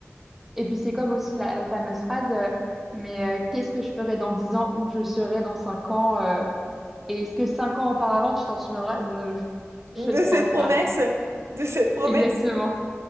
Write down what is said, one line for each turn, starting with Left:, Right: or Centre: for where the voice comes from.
Centre: Et puis c'est comme aussi la, la fameuse phrase, euh, mais euh, qu'est-ce que je ferai dans 10 ans, où je serai dans 5 ans, euh, et est-ce que 5 ans auparavant, tu t'en souviendras? Je, je
Right: de
Centre: ne pense
Right: cette promesse,
Centre: pas.
Right: de cette promesse.
Centre: Exactement.